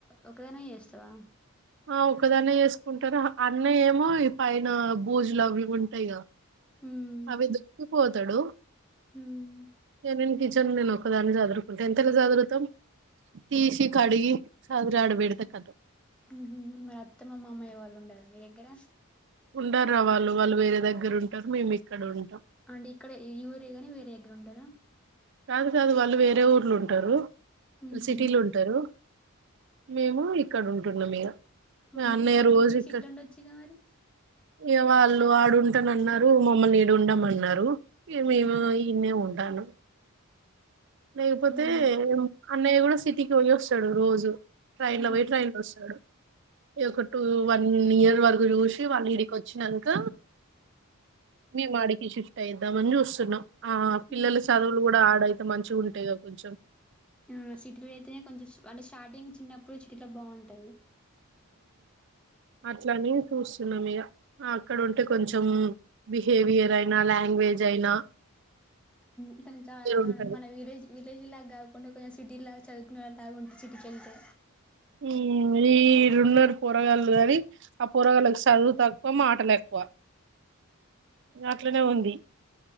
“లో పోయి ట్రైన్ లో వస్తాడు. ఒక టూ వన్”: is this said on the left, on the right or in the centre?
Right